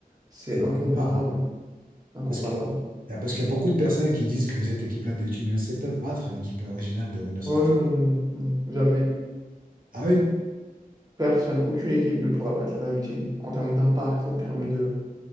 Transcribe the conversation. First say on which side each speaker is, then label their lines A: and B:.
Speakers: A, on the right; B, on the right.
A: C'est
B: C'est
A: incomparable.
B: pas comparable.
A: Incomparable.
B: Parce qu'il y a, parce qu'il y a beaucoup de personnes qui disent que cette équipe-là de Team USA peuvent battre l'équipe originale de 1992.
A: Oh non, non, non, jamais.
B: Ah oui?
A: Personne, aucune équipe ne pourra battre la Dream Team. En termes d'impact, en termes de,